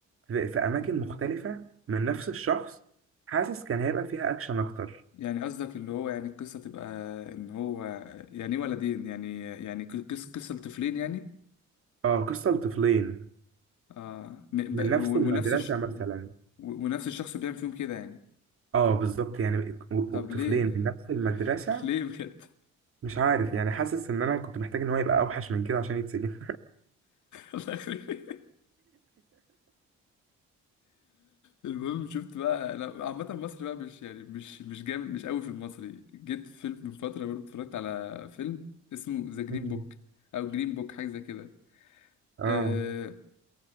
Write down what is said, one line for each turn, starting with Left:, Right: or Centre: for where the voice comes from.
Right: في في أماكن مختلفة من نفس الشخص حاسس كان هيبقى فيها أكشن أكتر
Left: يعني قصدك اللي هو يعني القصه تبقى ان هو يعني ايه ولدين يعني يعني ق- قص- قصه لطفلين يعني
Right: اه قصة لطفلين
Left: اه م-
Right: من
Left: ب-
Right: نفس
Left: و-
Right: المدرسة
Left: ونفس الش...
Right: مثلا
Left: و- ونفس الشخص بيعمل فيهم كده يعني
Right: اه بالظبط يعني و- و-
Left: طب ليه
Right: طفلين من نفس المدرسة
Left: <laughs> ليه بجد
Right: مش عارف يعني حاسس ان انا كنت محتاج ان هو يبقى اوحش من كده عشان يتسجن
Left: <laughs> الله يخرب المهم شفت بقى انا عامه مصر بقى مش يعني مش مش جامد مش قوي في المصري جيت فيلم من فتره برضه اتفرجت على فيلم اسمه ذا جرين
Right: مم.
Left: بوك او جرين بوك حاجه زي كده
Right: <laughs> اه
Left: آه،